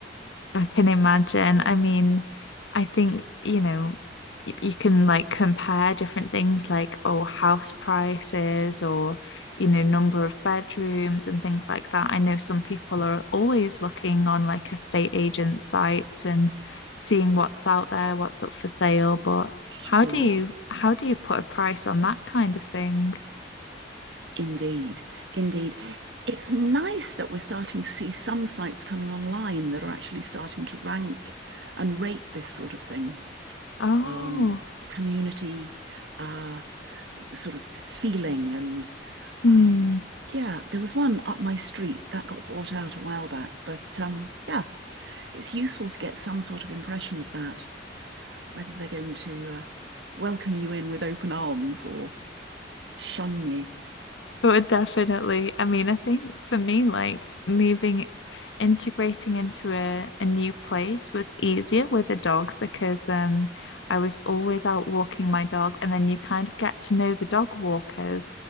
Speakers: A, on the left (about 85°); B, on the right (about 75°).
A: I can imagine. I mean, I think, you know, y- you can like compare different things like, oh, house prices or, you know, number of bedrooms and things like that. I know some people are always looking on like estate agent sites and seeing what's out there, what's up for sale, but
B: Sure.
A: how do you how do you put a price on that kind of thing?
B: Indeed. Indeed. It's nice that we're starting to see some sites coming online that are actually starting to rank and rate this sort of thing.
A: Oh,
B: Um, community uh, sort of feeling and
A: hmm.
B: um, yeah, there was one up my street that got bought out a while back, but um, yeah, it's useful to get some sort of impression of that, whether they're going to uh, welcome you in with open arms or shun you.
A: But definitely, I mean, I think for me, like moving, integrating into a, a new place was easier with a dog because um, I was always out walking my dog, and then you kind of get to know the dog walkers